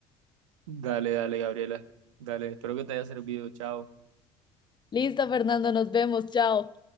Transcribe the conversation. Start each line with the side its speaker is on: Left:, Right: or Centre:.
Right: Dale, dale, Gabriela. Dale, espero que te haya servido. Chao.
Left: Listo, Fernando, nos vemos. Chao.